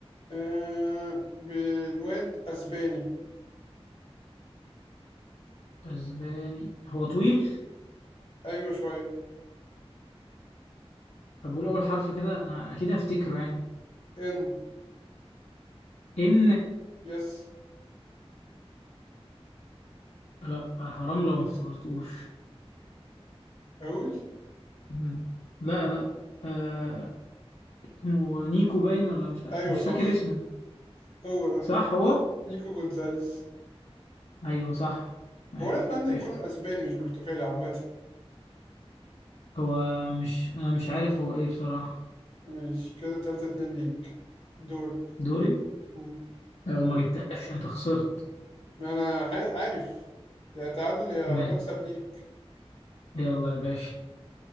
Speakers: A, on the left; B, on the left.
A: آه بالواد اسباني
B: اسباني هو طويل
A: ايوه شوية
B: طب قول اول حرف كده انا اكيد هفتكره يعني
A: ان
B: ان
A: يس
B: لا حرام لو ما افتكرتوش
A: هقول
B: مم. لا لا آه... اسمه نيكو باين ولا مش ع-
A: ايوه
B: مش
A: صح
B: فاكر اسمه
A: هو ده
B: صح هو
A: نيكو جونزاليس
B: ايوه صح ماشي
A: هو انا اتمنى
B: قشطة
A: يكون اسباني مش برتغالي عامة
B: هو مش انا مش عارف هو ايه بصراحة
A: مش كده تلاتة اتنين ليك دورك
B: دوري
A: مم.
B: لو ما جبتهاش انت خسرت
A: ما انا ح- عارف يا تعادل يا
B: ماشي
A: مكسب ليك
B: يلا يا باشا